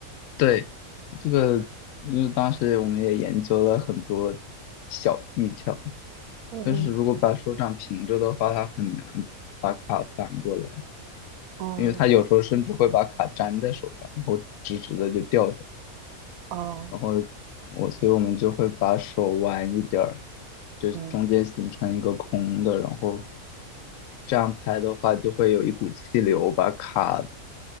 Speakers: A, on the left; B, on the right.
A: 对，这个因为当时我们也研究了很多小技巧，
B: 嗯嗯
A: 但是如果把手掌平着的话，它很难把卡翻过来，
B: 哦
A: 因为它有时候甚至会把卡粘在手上，然后直直的就掉下来。
B: 哦
A: 然后我，所以我们就会把手弯一点儿，就中间形成一个空的，
B: 嗯
A: 然后这样拍的话，就会有一股气流把卡